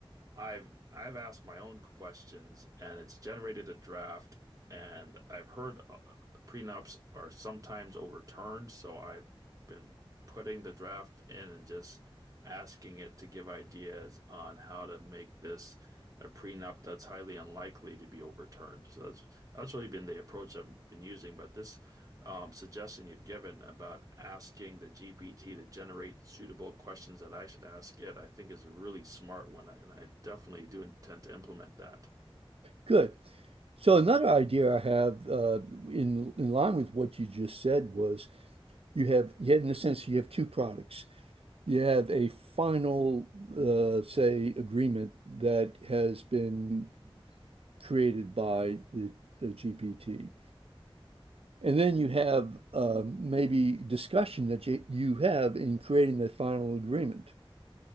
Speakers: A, on the right; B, on the right.
A: I've I've asked my own questions and it's generated a draft and I've heard uh, prenups are sometimes overturned, so I've been putting the draft in and just asking it to give ideas on how to make this a prenup that's highly unlikely to be overturned. So that's that's really been the approach I've been using. But this um, suggestion you've given about asking the GPT to generate suitable questions that I should ask it, I think is a really smart one, and I definitely do intend to implement that.
B: Good. So another idea I have uh, in in line with what you just said was you have you have in a sense you have two products. You have a final uh, say agreement that has been created by the, the GPT, and then you have um maybe discussion that you, you have in creating the final agreement.